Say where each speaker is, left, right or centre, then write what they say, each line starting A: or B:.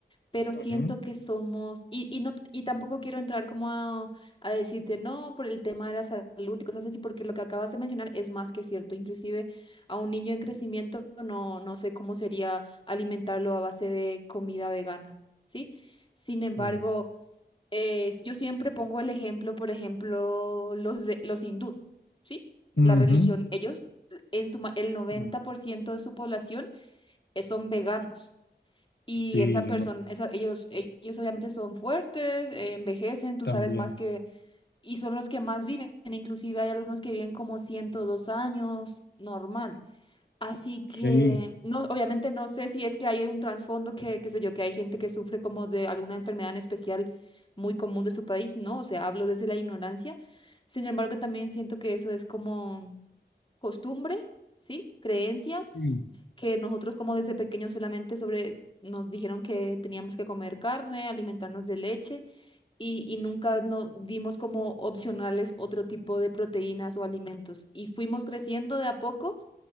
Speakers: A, on the left; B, on the left.
A: pero siento
B: Ujú.
A: que somos, y, y no, y tampoco quiero entrar como a, a decirte no por el tema de la salud y cosas así, porque lo que acabas de mencionar es más que cierto. Inclusive a un niño en crecimiento no, no sé cómo sería alimentarlo a base de comida vegana, ¿sí? Sin embargo.
B: Ujú.
A: eh, yo siempre pongo el ejemplo, por ejemplo, los, de- los hindú, ¿sí? La
B: Ujú.
A: religión, ellos, en su, ma- el noventa
B: Bueno,
A: por ciento de su población eh, son veganos. Y
B: Sí,
A: esa
B: yo
A: persona,
B: no,
A: esa, ellos, ellos obviamente son fuertes, eh, envejecen, tú
B: también.
A: sabes más que, y son los que más viven. Inclusive hay algunos que viven como 102 años, normal. Así que,
B: Sí,
A: no, obviamente no sé si es que hay un trasfondo que, qué sé yo, que hay gente que sufre como de alguna enfermedad en especial muy común de su país, ¿no? O sea, hablo desde la ignorancia. Sin embargo, también siento que eso es como costumbre, ¿sí? Creencias
B: sí,
A: que nosotros como desde pequeños solamente sobre nos dijeron que teníamos que comer carne, alimentarnos de leche y, y nunca no vimos como opcionales otro tipo de proteínas o alimentos. Y fuimos creciendo de a poco